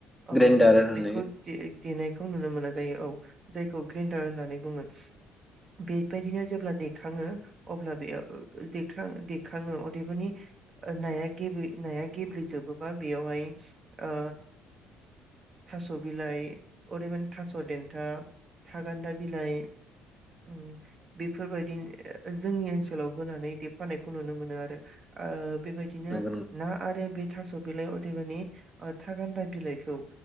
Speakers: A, on the right; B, in the centre.
A: ओ
B: ग्रेन्डार होनो
A: बेखौ दे देनाय खौनुनो मोनो जायो औ जायखौ ग्रिन्डार होननानै बुङो बेबायदिनो जेब्ला दैखाङो अब्ला बेयाव <unintelligible> देखाङो अदेबानि नाया गेब्ले नाया गेब्लेजोबोबा बेयावहाय ओ थास' बिलाइ अदेबानि थास' देन्था थागान्दा बिलाइ उम बेफोरबायदि जोंनि ओनसोलाव होनानै देफानायखौ नुनो मोनो आरो ओ बेबायदिनो
B: नंगौ नंगौ
A: ना आरो बे थास' बिलाइ अदेबानि ओ थागान्दा बिलाइखौ